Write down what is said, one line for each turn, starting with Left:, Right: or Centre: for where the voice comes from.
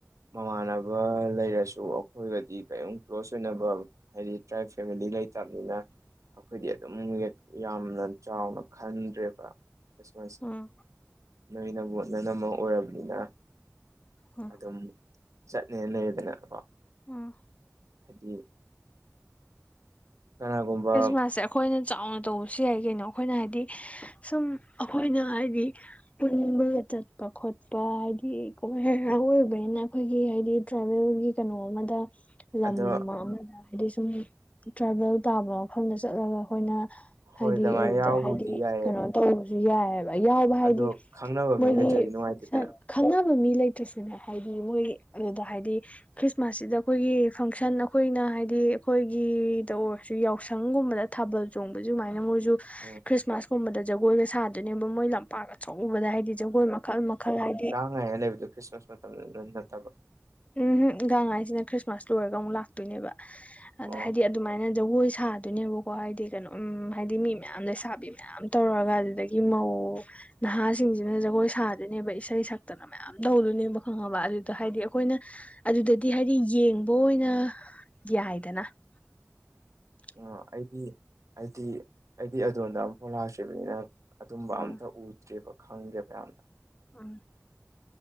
Right: ꯃꯃꯥꯟꯅꯕ ꯂꯩꯔꯁꯨ ꯑꯩꯈꯣꯏꯒꯗꯤ ꯀꯔꯤꯝ ꯀ꯭ꯂꯣꯁ ꯑꯣꯏꯅꯕ ꯍꯥꯏꯗꯤ ꯇ꯭ꯔꯥꯏꯞ ꯐꯦꯃꯤꯂꯤ ꯂꯩꯇꯕꯅꯤꯅ ꯑꯩꯈꯣꯏꯗꯤ ꯑꯗꯨꯝ ꯌꯥꯝꯅ ꯆꯥꯎꯅ ꯈꯟꯗ꯭ꯔꯦꯕ ꯈ꯭ꯔꯤꯁꯃꯥꯁ
Left: ꯎꯝ
Right: ꯁꯤ ꯅꯣꯏꯅꯕꯣ ꯅꯅꯝꯃ ꯑꯣꯏꯔꯕꯅꯤꯅ
Left: ꯎꯝ
Right: ꯑꯗꯨꯝ ꯆꯠꯅꯤꯅ ꯂꯩꯔꯦꯗꯅ ꯀꯣ
Left: ꯎꯝ
Right: ꯍꯥꯏꯗꯤ ꯀꯅꯥꯒꯨꯝꯕ
Left: ꯃꯥꯥꯁꯦ ꯑꯩꯈꯣꯏꯅ ꯆꯥꯎꯅ ꯇꯧꯕꯁꯨ ꯌꯥꯏ ꯀꯩꯅꯣ ꯑꯩꯈꯣꯏꯅ ꯍꯥꯏꯗꯤ ꯁꯨꯝ ꯑꯈꯣꯏꯅ ꯍꯥꯏꯗꯤ ꯄꯨꯟꯕꯒ ꯆꯠꯄ ꯈꯣꯠꯄ ꯍꯥꯏꯗꯤ ꯀꯨꯝꯍꯩ ꯍꯔꯥꯎ ꯑꯣꯏꯕꯅꯤꯅ ꯑꯩꯈꯣꯏꯒꯤ ꯍꯥꯏꯗꯤ ꯇ꯭ꯔꯥꯏꯕꯦꯜꯒꯤ ꯀꯩꯅꯣ ꯑꯃꯗ ꯂꯝ
Right: ꯑꯗꯣ
Left: ꯑꯃꯗ ꯍꯥꯏꯗꯤ ꯁꯨꯝ ꯇ꯭ꯔꯥꯏꯚꯦꯜ ꯇꯥꯕ ꯃꯐꯝꯗ ꯆꯠꯂꯒ ꯑꯩꯈꯣꯏꯅ
Right: ꯍꯣꯏ
Left: ꯍꯥꯏꯗꯤ
Right: ꯑꯗꯨꯃꯥꯏꯅ
Left: ꯑꯗꯨꯗ
Right: ꯌꯥꯎꯕꯕꯨꯗꯤ
Left: ꯍꯥꯏꯗꯤ
Right: ꯌꯥꯏꯌꯦ
Left: ꯀꯩꯅꯣ ꯇꯧꯕꯁꯨ ꯌꯥꯏ ꯌꯥꯎꯕ ꯍꯥꯏꯗꯤ
Right: ꯑꯗꯣ ꯈꯪꯅꯕ
Left: ꯃꯣꯏꯒꯤ
Right: ꯃꯤ ꯂꯩꯇ꯭ꯔꯗꯤ ꯅꯨꯡꯉꯥꯏꯇꯦꯗꯅ
Left: ꯐꯪꯁꯟ ꯈꯪꯅꯕ ꯃꯤ ꯂꯩꯇ꯭ꯔꯁꯨꯅꯦ ꯍꯥꯏꯗꯤ ꯃꯣꯏ ꯑꯗꯨꯗ ꯍꯥꯏꯗꯤ ꯈ꯭ꯔꯤꯁꯃꯥꯁꯁꯤꯗ ꯑꯩꯈꯣꯏꯒꯤ ꯐꯪꯁꯟ ꯑꯩꯈꯣꯏꯅ ꯍꯥꯏꯗꯤ ꯑꯩꯈꯣꯏꯒꯤꯗ ꯑꯣꯏ ꯁꯤ ꯌꯥꯎꯁꯪꯒꯨꯝꯕꯗ ꯊꯥꯕꯜ ꯆꯣꯡꯕꯁꯤ ꯁꯨꯃꯥꯏꯅ ꯃꯣꯏꯖꯨ
Right: ꯎꯝ
Left: ꯈ꯭ꯔꯤꯁꯃꯥꯁ ꯁꯨꯝꯕꯗ ꯖꯒꯣꯏꯒ ꯁꯥꯗꯣꯏꯅꯦꯕ ꯃꯣꯏ ꯂꯝꯄꯥꯛ ꯑꯆꯧꯕꯗ ꯍꯥꯏꯗꯤ ꯖꯒꯣꯏ ꯃꯈꯜ ꯃꯈꯜ ꯍꯥꯏꯗꯤ
Right: ꯅꯣꯏ ꯑꯥ ꯂꯩꯕꯗꯣ ꯈ꯭ꯔꯤꯁꯃꯥꯁ ꯃꯇꯝꯗꯗ ꯅꯠꯇꯕ
Left: ꯎꯝꯍꯨꯡ ꯒꯥꯡꯉꯥꯏꯖꯤꯅ ꯈ꯭ꯔꯤꯁꯃꯥꯁ ꯂꯣꯏꯔꯒ ꯑꯃꯨꯛ ꯂꯥꯛꯇꯣꯏꯅꯦꯕ ꯑꯗ
Right: ꯑꯣ
Left: ꯍꯥꯏꯗꯤ ꯑꯗ ꯑꯗꯨꯃꯥꯏꯅ ꯖꯒꯣꯏ ꯁꯥꯗꯣꯏꯅꯦꯕꯀꯣ ꯍꯥꯏꯗꯤ ꯀꯩꯅꯣ ꯎꯝ ꯍꯥꯏꯗꯤ ꯃꯤ ꯃꯌꯥꯝ ꯂꯩꯁꯥꯕꯤ ꯃꯌꯥꯝ ꯃꯌꯥꯝ ꯇꯧꯔꯒ ꯑꯗꯨꯗꯒꯤ ꯃꯧ ꯅꯍꯥꯁꯤꯡꯁꯤꯅ ꯖꯒꯣꯏ ꯁꯥꯗꯣꯏꯅꯦꯕ ꯏꯁꯩ ꯁꯛꯇꯅ ꯃꯥ ꯌꯥꯝ ꯇꯧꯗꯨꯏꯅꯦꯕ ꯈꯪꯉꯕ ꯑꯗꯨꯏ ꯑꯗꯣ ꯍꯥꯏꯗꯤ ꯑꯩꯈꯣꯏꯅ ꯑꯗꯨꯗꯗꯤ ꯍꯥꯏꯗꯤ ꯌꯦꯡꯕ ꯑꯣꯏꯅ ꯌꯥꯏꯗꯅ <inaudible>
Right: ꯑꯣ ꯑꯩꯗꯤ ꯑꯩꯗꯤ ꯑꯩꯗꯤ ꯑꯗꯣꯟꯗ ꯑꯃꯨꯛꯐꯥꯎ ꯂꯥꯛꯇ꯭ꯔꯤꯕꯅꯤꯅ ꯑꯗꯨꯝꯕ
Left: ꯎꯝ
Right: ꯑꯝꯇ ꯎꯗ꯭ꯔꯦꯕ ꯈꯪꯗꯦ ꯃꯌꯥꯝꯅ
Left: ꯎꯝ